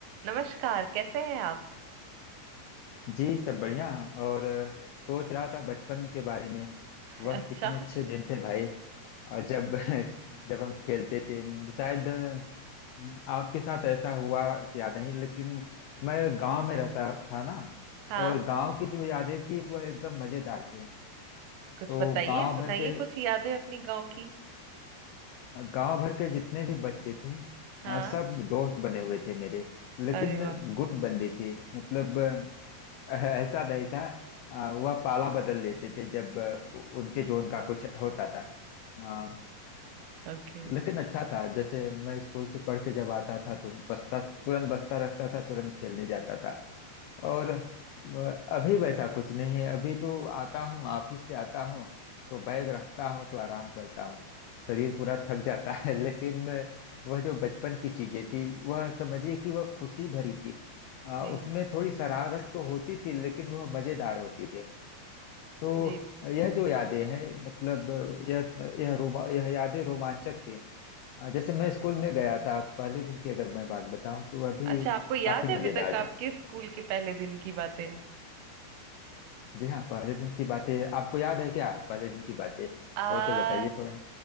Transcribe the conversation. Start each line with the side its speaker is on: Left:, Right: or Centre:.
Right: नमस्कार कैसे हैं आप
Left: जी सब बढ़िया और अ, सोच रहा था बचपन के बारे में
Right: <laughs>
Left: वह
Right: अच्छा
Left: कितने अच्छे दिन थे भाई और जब <laughs> जब हम खेलते थे शायद अ, आपके साथ ऐसा हुआ कि याद नहीं लेकिन मैं गांव में रहता था ना
Right: हाँ
Left: और गांव की जो यादें थी वह एकदम मजेदार थे
Right: कुछ
Left: तो
Right: बताइए
Left: गांव
Right: सुनाइए
Left: भर के
Right: कुछ यादें अपनी गांव की
Left: गांव भर के जितने भी बच्चे थे
Right: हाँ
Left: अ, सब दोस्त बने हुए थे मेरे लेकिन
Right: अरे वाह
Left: गुटबंदी थी मतलब <laughs> ऐसा नहीं था आ, वह पाला बदल लेते थे जब आ, उ- उनके जोन का कुछ होता था आ,
Right: ओके
Left: लेकिन अच्छा था जैसे मैं स्कूल से पढ़ के जब आता था तो बस्ता तुरंत बस्ता रखता था तुरंत खेलने जाता था और व- अभी वैसा कुछ नहीं है अभी तो आता हूँ ऑफिस से आता हूँ तो बैग रखता हूँ तो आराम करता हूँ शरीर पूरा थक जाता है <laughs> लेकिन वह जो बचपन की चीजें थी वह समझिए कि वह खुशी भरी थी आ,
Right: जी
Left: उसमें थोड़ी शरारत तो होती थी लेकिन वह मजेदार होती थी तो
Right: जी
Left: यह जो यादें हैं मतलब यह यह रोमा यह यादें रोमांचक थी आ, जैसे मैं स्कूल में गया था पहले दिन की अगर मैं बात बताऊं तो वह भी
Right: अच्छा आपको याद
Left: काफी
Right: है अभी
Left: मजेदार
Right: तक आपके
Left: था
Right: स्कूल के पहले दिन की बातें
Left: जी हाँ पहले दिन की बातें आपको याद है क्या पहले दिन की बातें
Right: आ
Left: हो तो बताइए थोड़ा